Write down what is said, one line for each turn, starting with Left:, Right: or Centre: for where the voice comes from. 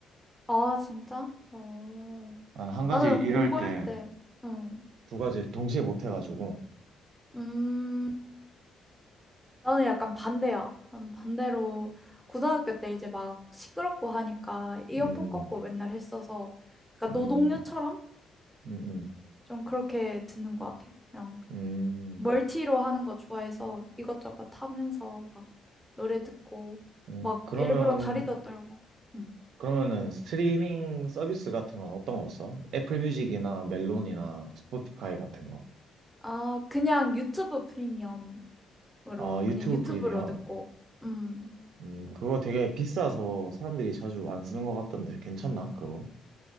Centre: 아 진짜? 어.
Right: 나는 한 가지
Centre: 나는
Right: 일할
Centre: 공부할
Right: 때,
Centre: 때 음.
Right: 두 가지 동시에 못 해가지고,
Centre: 음. 나는 약간 반대야. 난 반대로 고등학교 때 이제 막 시끄럽고 하니까 이어폰
Right: 음,
Centre: 꽂고 맨날 했어서 그러니까
Right: 음,
Centre: 노동요처럼
Right: 음, 음,
Centre: 좀 그렇게 듣는 것 같아. 그냥
Right: 음,
Centre: 멀티로 하는 거 좋아해서 이것저것 하면서 막 노래 듣고
Right: 음.
Centre: 막
Right: 그러면,
Centre: 일부러 다리도 떨고. 음.
Right: 그러면은 스트리밍 서비스 같은 건 어떤 거 써? 애플 뮤직이나 멜론이나 스포티파이 같은 거.
Centre: 아, 그냥 유튜브 프리미엄으로
Right: 아, 유튜브
Centre: 그냥 유튜브로
Right: 프리미엄.
Centre: 듣고. 음.
Right: 음, 그거 되게 비싸서 사람들이 자주 안 쓰는 것 같던데, 괜찮나, 그거?